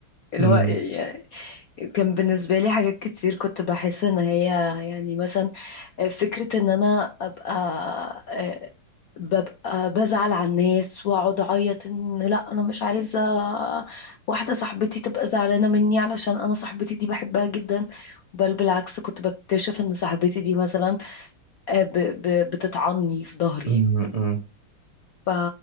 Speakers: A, on the left (about 70°); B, on the right (about 40°).
A: اللي
B: مم،
A: هو إيه؟ كان بالنسبة لي حاجات كتير كنت بحس ان هي يعني مثلا آه، فكرة ان انا ابقى آه، ببقى بزعل على الناس واقعد اعيط ان لا انا مش عايزة واحدة صاحبتي تبقى زعلانة مني علشان انا صاحبتي دي بحبها جدا بل بالعكس كنت بكتشف ان صاحبتي دي مثلا آه، ب- ب- بتطعني في ظهري
B: مم، مم.
A: ف...